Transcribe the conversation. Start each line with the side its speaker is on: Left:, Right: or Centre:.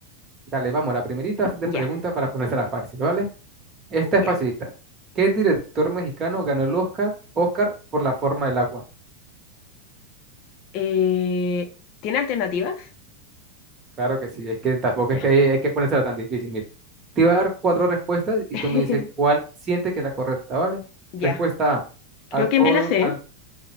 Right: dale, vamos, la primerita de
Left: Ya,
Right: preguntas para ponérsela fácil, ¿vale? Esta
Left: ya.
Right: es facilita. ¿Qué director mexicano ganó el Oscar, Oscar por La forma del agua?
Left: Eh, ¿tiene alternativas?
Right: Claro que sí, es que tampoco
Left: Ya.
Right: es que hay, hay que ponérsela tan difícil. Mire, te voy a dar cuatro respuestas y
Left: <laughs>
Right: tú me dices cuál siente que es la correcta, ¿vale?
Left: Ya.
Right: Respuesta A,
Left: Creo
Right: Alfon,
Left: que me las sé.
Right: al,